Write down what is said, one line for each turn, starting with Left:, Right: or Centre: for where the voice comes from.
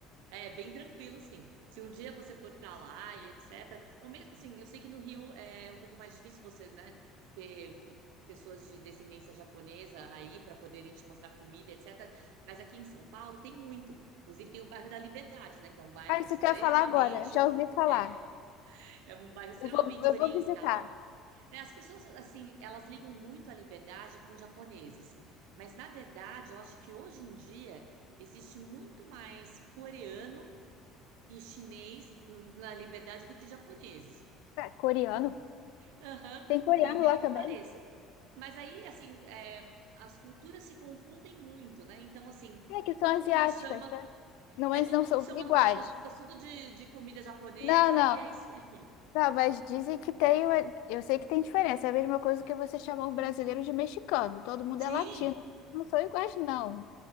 Right: É bem tranquilo, assim. Se um dia você for para lá e etc. Ou mesmo assim, eu sei que no Rio é um pouco mais difícil você, né, ter pessoas de descendência japonesa aí para poderem te mostrar comida, etc. Mas aqui em São Paulo tem muito. Inclusive tem o bairro da Liberdade, né, que é um bairro
Left: Ah, isso
Right: extremamente
Left: que eu ia falar agora, já ouvi falar.
Right: é, é um bairro extremamente
Left: Eu vou, eu
Right: oriental,
Left: vou visitar.
Right: né? As pessoas, assim, elas ligam muito à liberdade com os japoneses. Mas, na verdade, eu acho que hoje em dia existe muito mais coreano e chinês no- na liberdade do que japoneses.
Left: Ah, coreano?
Right: Aham,
Left: Tem coreano
Right: por incrível
Left: lá
Right: que
Left: também?
Right: pareça. Mas aí, assim, é, as culturas se confundem muito, né? Então, assim,
Left: É, que são
Right: todo
Left: asiáticas,
Right: mundo chama,
Left: né? Não,
Right: é,
Left: mas
Right: todo
Left: não
Right: mundo
Left: são
Right: chama
Left: iguais.
Right: no final das contas tudo de, de comida japonesa
Left: Não, não.
Right: e é isso aí.
Left: Não, mas dizem que tem uma... Eu sei que tem diferença. É a mesma coisa que você chamar um brasileiro de mexicano. Todo mundo
Right: Sim,
Left: é latino. Não são iguais, não.